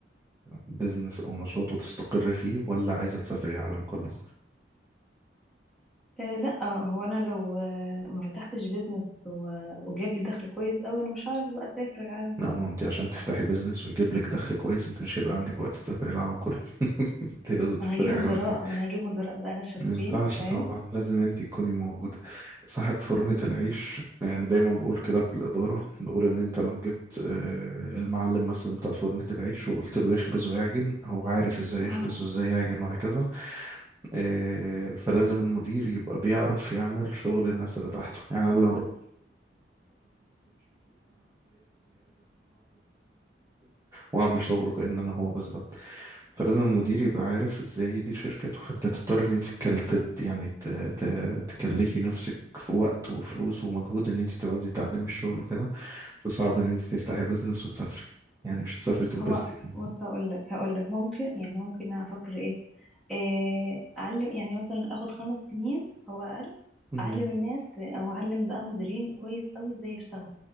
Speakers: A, on the right (about 15°); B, in the centre.
A: بزنس او نشاط وتستقري فيه ولا عايزة تسافري العالم كله؟
B: أه لا هو انا لو آه، ما فتحتش بيزنس و- وجاب لي دخل كويس قوي انا مش هعرف بقى اسافر العالم
A: لا
B: كله
A: ما هو انت عشان تفتحي بيزنس ويجيب لك دخل كويس انت مش هيبقى عندك وقت تسافري العالم كله <laughs> انت لازم تختاري
B: ما انا هجيب
A: حاجه
B: مدراء
A: من الاتنين
B: ما انا هجيب مدراء بقى ناس شاطرين
A: ما ينفعش
B: تمام
A: طبعا لازم انت تكوني موجودة صاحب فرنة العيش يعني دايما بقول كده في الإدارة بقول إن انت لو جبت آه، المعلم مثلا بتاع فرنة العيش وقلت له يخبز ويعجن هو عارف ازاي
B: امم
A: يخبز وازاي يعجن وهكذا آه، فلازم المدير يبقى بيعرف يعمل شغل الناس اللي تحته يعني أنا واعمل شغله كأن انا هو بالظبط فلازم المدير يبقى عارف ازاي يدير شركته فانت تضطر ان انت تكل- تد- يعني ت- ت- تكلفي نفسك في وقت وفلوس ومجهود ان انت تقعدي تتعلمي الشغل وكده فصعب ان انت تفتحي بزنس وتسافري يعني مش هتسافري تنبسطي
B: هو
A: يعني
B: بص هقول لك هقول لك ممكن يعني ممكن أنا افكر ايه آه، اعلم يعني مثلا اخد خمس سنين او اقل
A: امم
B: اعلم الناس او اعلم بقى مديرين كويس قوي ازاي يشتغلوا